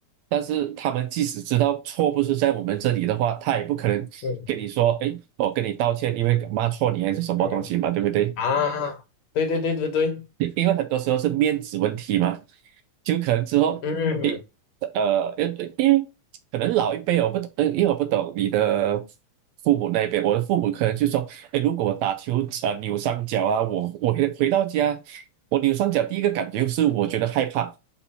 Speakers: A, on the right; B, on the left.
A: 但是他们即使知道错不是在我们这里的话，他也不可能跟你说，
B: 嗯
A: 哎，我跟你道歉，因为骂错你还是什么东西嘛，
B: 嗯
A: 对不对？
B: 啊，对对对对对，
A: 因因为很多时候是面子问题嘛，就可能之后，
B: 嗯
A: 诶，呃，因因为可能老一辈我不懂，呃因为我不懂你的父母那边，我的父母可能就说，诶，如果我打球啊呃扭伤脚啊，我我回回到家，我扭伤脚第一个感觉是我觉得害怕，